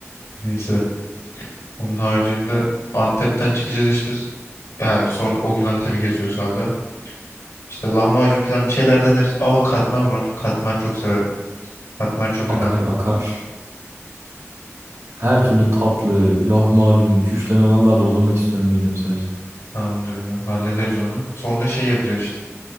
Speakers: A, on the left; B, on the right.
A: Neyse. Onun haricinde Antep'ten çıkacağız işte. Yani sonra o gün Antep'i geziyoruz hala. İşte lahmacun falan bir şeyler deneriz. Aa katmer var. Katmer çok severim. Katmer çok önemli.
B: Akar akar. Her türlü tatlı, lahmacun, küşleme vallahi doldurmak istiyorum midemi sadece.
A: Tamamdır ya. Hallederiz onu. Sonra şey yapacağız işte.